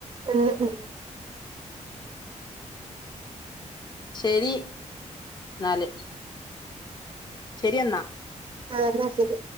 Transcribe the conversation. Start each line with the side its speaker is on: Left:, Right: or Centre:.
Right: ഉം ഉം
Left: ശരി ന്നാല് ശരി എന്നാ
Right: ആ ന്നാ ശരി